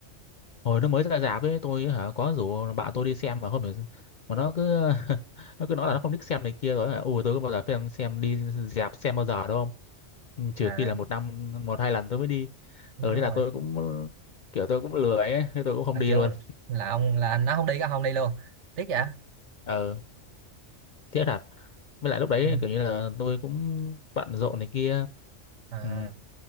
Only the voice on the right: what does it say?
Ờ,
à
đúng
rồi
à,
kiểu
là ông là anh nó không đi có không đi luôn tiếc vậy
ừ.
à